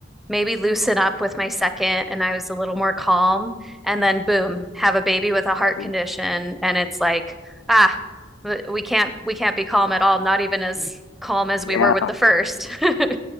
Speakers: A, in the centre; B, on the left (about 85°).
A: maybe loosen up with my second and I was a little more calm. And then, boom, have a baby with a heart
B: I mean,
A: condition. And it's like, ah, w- we can't, we can't be calm at all, not even as calm as
B: yeah,
A: we were with the first. <laughs>